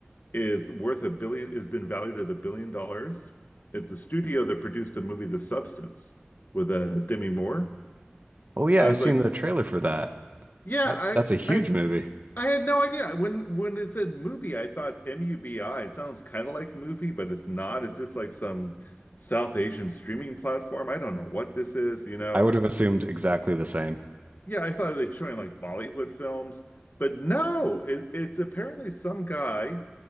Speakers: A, on the left; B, on the right.
A: is worth a billion, has been valued at a billion dollars. It's a studio that produced the movie The Substance with uh, Demi Moore.
B: Oh yeah,
A: And
B: I've
A: I was
B: seen
A: like,
B: the trailer for that.
A: yeah,
B: That
A: I,
B: that's a huge
A: I,
B: movie.
A: I had no idea. When when it said Mubi, I thought M-U-B-I. It sounds kind of like movie, but it's not. Is this like some South Asian streaming platform? I don't know what this is, you know.
B: I would have assumed exactly the same.
A: Yeah, I thought they were showing like Bollywood films, but no, it, it's apparently some guy